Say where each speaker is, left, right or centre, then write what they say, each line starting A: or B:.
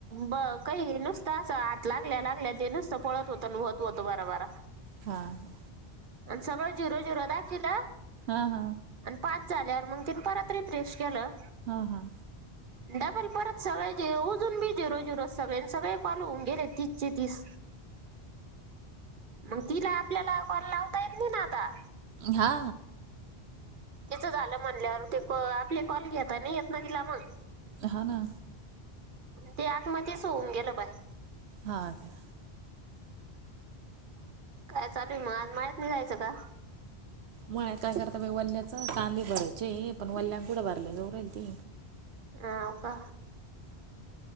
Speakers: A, on the right (about 50°); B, on the right (about 80°).
A: ब -काही नुसतं असा हात लागल्या-लागल्या ते नुसत पळत होतं-होत-होतं बरा- बरा.
B: हा -हा.
A: आणि सगळं झिरो-झिरो दाखील-
B: हा -हा..
A: पाच झाल्यावर मग तिनं परत रिफ्रेश केलं
B: हा-हा..
A: डबल परत सगळे जे उजून बी झेरो-झेरो सगळे-सगळे पालू गेले तीसचे-तीस मग तिला आपल्याला कॉल लावत <unintelligible> नी ना आता
B: हा.
A: तिचं झालं म्हणल्यावर, ते कॉ-आपले कॉल घेता नाही येत ना तिला मग
B: हा ना.
A: ते आत मध्येच होऊन गेलं बाय
B: हा का.
A: काय चालू आहे मग, आज मळ्यात नाही जायचं का?
B: मळ्यात काय करता बाय, वल्ल्याच कांदे भरायचे पण वल्यां कुडं भरले जऊरल ते
A: हा हो का.